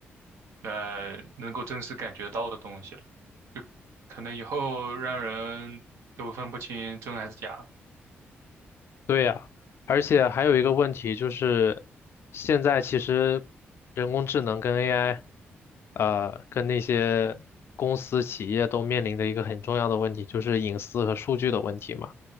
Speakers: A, on the right; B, on the left.
A: 呃能够真实感觉到的东西了，可能以后让人都分不清真还是假。
B: 对呀，而且还有一个问题就是，现在其实人工智能跟 AI，呃，跟那些公司企业都面临的一个很重要的问题，就是隐私和数据的问题嘛。